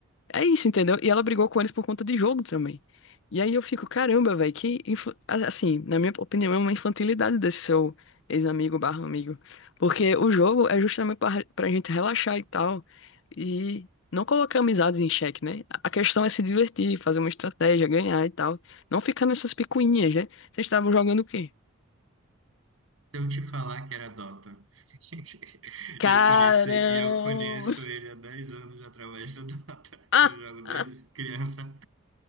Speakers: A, on the left; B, on the right.
A: é isso, entendeu? E ela brigou com eles por conta de jogo também. E aí eu fico, caramba, velho, que. infa- a- Assim, na minha opinião, é uma infantilidade desse seu ex-amigo barra amigo. Porque o jogo é justamente pra, pra gente relaxar e tal. E não colocar amizades em xeque, né? A a questão é se divertir, fazer uma estratégia, ganhar e tal. Não ficar nessas picuinhas, né? Vocês estavam jogando o quê?
B: Se eu te falar que era Dota, <laughs>
A: Caramba!
B: e eu conheço, e eu conheço ele há 10 anos através do Dota,
A: <laughs>
B: eu jogo desde criança.